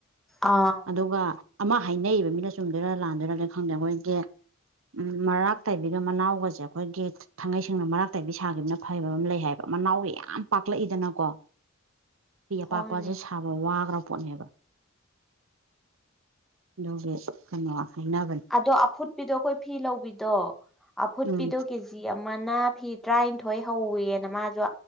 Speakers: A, in the centre; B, on the right.
A: ꯑꯥ
B: ꯑꯗꯨꯒ ꯑꯃ ꯍꯥꯏꯅꯩꯕ ꯃꯤꯅ ꯆꯨꯝꯗꯣꯏꯔꯥ ꯂꯥꯟꯗꯣꯏꯔꯒ ꯈꯪꯗꯦ ꯑꯩꯈꯣꯏꯒꯤ ꯎꯝ ꯃꯔꯥꯛꯇꯥꯏꯕꯤꯒ ꯃꯅꯥꯎꯒꯁꯦ ꯑꯩꯈꯣꯏꯒꯤ ꯊꯥꯡꯒꯩꯁꯤꯡꯅ ꯃꯔꯥꯛꯇꯥꯏꯕꯤ ꯁꯥꯈꯤꯕꯅ ꯐꯕ ꯑꯃ ꯂꯩ ꯍꯥꯏꯕ ꯃꯅꯥꯎꯒ ꯌꯥꯝ ꯄꯥꯛꯂꯛꯏꯗꯅꯀꯣ ꯐ ꯑꯄꯥꯛꯄꯁꯦ
A: ꯍꯣꯏꯅꯦ
B: ꯁꯥꯕ ꯋꯥꯈ꯭ꯔ ꯄꯣꯠꯅꯦꯕ ꯑꯗꯨꯒꯤ ꯀꯩꯅꯣ ꯍꯥꯏꯅꯕ꯭ꯔ
A: ꯑꯗꯣ ꯑꯐꯨꯠꯄꯤꯗꯣ ꯑꯩꯈꯣꯏ ꯐꯤ ꯂꯧꯕꯤꯗꯣ ꯑꯐꯨꯠꯄꯤꯗꯣ
B: ꯎꯝ
A: ꯀꯦꯖꯤ ꯑꯃꯅ ꯐꯤ ꯇꯔꯥꯅꯤꯊꯣꯏ ꯍꯧꯋꯅ ꯃꯥꯁꯨ